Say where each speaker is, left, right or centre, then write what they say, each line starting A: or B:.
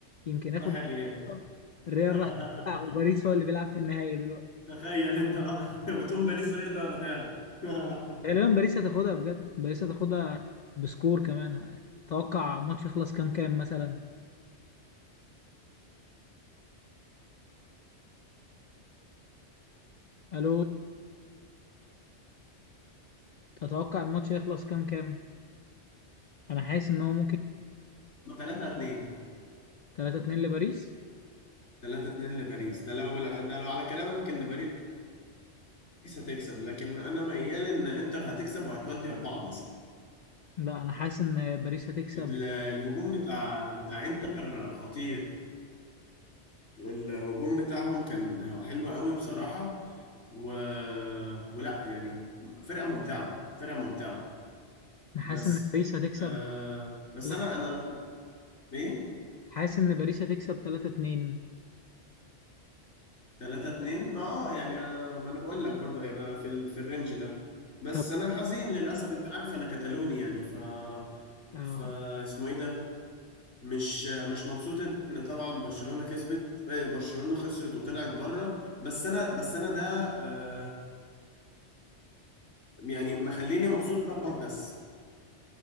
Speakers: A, on the left; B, on the left.
A: يمكن اخد
B: راح الريال
A: <laughs> الريال
B: <laughs>
A: راح بتاع، وباريس هو اللي بيلعب في النهائي دلوقتي
B: تخيل انت بقى <laughs> وتقوم باريس هي اللي واخداها <laughs>
A: غالبا باريس هتاخدها بجد باريس هتاخدها بسكور كمان اتوقع الماتش يخلص كام كام مثلا الو تتوقع الماتش يخلص كام كام انا حاسس ان هو ممكن
B: 3 2
A: 3 2 لباريس
B: 3 2 لباريس ده لو ده لو على كلامك ان باريس باريس هتكسب لكن انا ميال ان انتر هتكسب وهتودي اربعة مثلا
A: لا انا حاسس ان باريس هتكسب
B: ال- الهجوم بتاع بتاع انتر خطير الهجوم بتاعهم كان حلو قوي بصراحة و... ولا يعني فرقة ممتعة فرقة ممتعة
A: انا حاسس
B: بس
A: ان باريس هتكسب
B: آه بس
A: تلاتة-
B: انا انا ايه
A: حاسس ان باريس هتكسب 3 2
B: 3 2 ما اه يعني أنا ما انا بقول لك برضو هيبقى في ال... في الرينج ده بس
A: طب
B: انا حزين للاسف انت عارف انا كتالوني يعني ف
A: اه
B: ف اسمه ايه ده مش مش مبسوط ان طبعا برشلونة كسبت آه، برشلونة خسرت وطلعت بره بس انا بس انا ده آه، يعني مخليني مبسوط بواحد بس